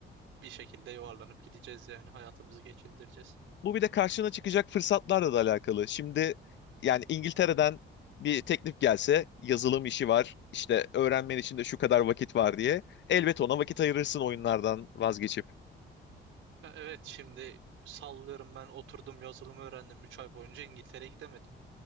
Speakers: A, on the right; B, on the left.
A: bir şekilde yuvarlanıp gideceğiz yani hayatımızı geçindireceğiz.
B: Bu bir de karşına çıkacak fırsatlarla da alakalı. Şimdi yani İngiltere'den bir teklif gelse yazılım işi var. işte öğrenmen için de şu kadar vakit var diye. Elbet ona vakit ayırırsın oyunlardan vazgeçip.
A: Ya evet şimdi sallıyorum ben oturdum yazılımı öğrendim 3 ay boyunca İngiltere'ye gidemedim.